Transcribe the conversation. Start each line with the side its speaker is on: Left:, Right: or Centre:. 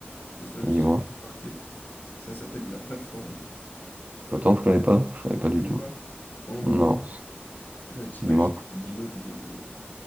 Left: C'est ça le souci,
Right: Dis-moi.
Left: mais il m'a marqué. Ça s'appelle la plateforme.
Right: Attends, je connais pas. Je connais
Left: Tu
Right: pas
Left: connais
Right: du tout.
Left: pas? En gros,
Right: Non.
Left: euh, t'imagines
Right: Dis-moi.
Left: un immeuble de,